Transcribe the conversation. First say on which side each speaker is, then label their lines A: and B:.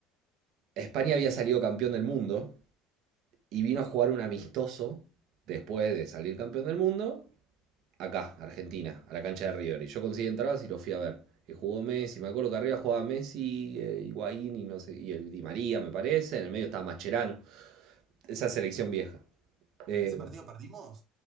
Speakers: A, on the right; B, on the right.
A: España había salido campeón del mundo y vino a jugar un amistoso después de salir campeón del mundo acá, Argentina, a la cancha de River. Y yo conseguí entradas y lo fui a ver. Y jugó Messi, me acuerdo que arriba jugaba Messi, eh, Higuaín y no sé, y el Di María, me parece. En el medio estaba Mascherano Esa selección vieja. Eh,
B: ¿Ese partido perdimos?